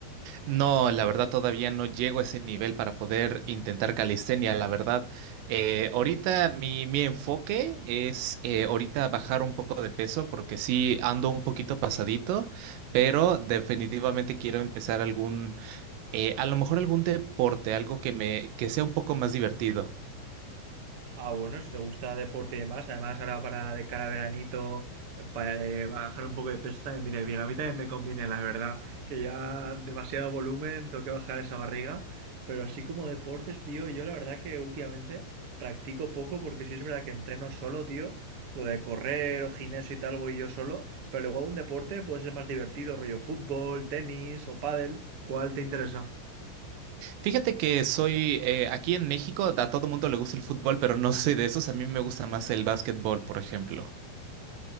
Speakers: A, on the right (about 80°); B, on the right (about 50°).
A: No, la verdad todavía no llego a ese nivel para poder intentar calistenia, la verdad. Eh, ahorita mi, mi enfoque es eh, ahorita bajar un poco de peso porque sí ando un poquito pasadito, pero definitivamente quiero empezar algún, eh, a lo mejor algún deporte, algo que me, que sea un poco más divertido.
B: Ah, bueno, si te gusta deporte y demás, además ahora para de cara a veranito, eh, para eh, bajar un poco de peso también viene bien. A mí también me conviene, la verdad, que ya demasiado volumen, tengo que bajar esa barriga. Pero así como deportes, tío, yo la verdad que últimamente practico poco porque sí es verdad que entreno solo, tío. Lo de correr o gimnasio y tal voy yo solo, pero luego un deporte puede ser más divertido, rollo fútbol, tenis o pádel. ¿Cuál te interesa?
A: Fíjate que soy eh, aquí en México, a todo mundo le gusta el fútbol, pero no soy de esos, a mí me gusta más el básquetbol, por ejemplo.